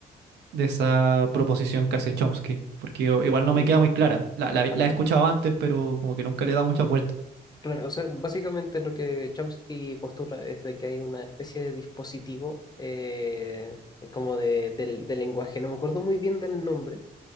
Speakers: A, on the right; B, on the left.
A: de esa proposición que hace Chomsky? Porque o- igual no
B: al-
A: me queda muy clara. La, la,
B: al-
A: la he escuchado antes, pero como que nunca le he dado muchas vueltas.
B: Claro, o sea, básicamente lo que Chomsky postula es de que hay una especie de dispositivo eh, como de, del del lenguaje, no me acuerdo muy bien del nombre,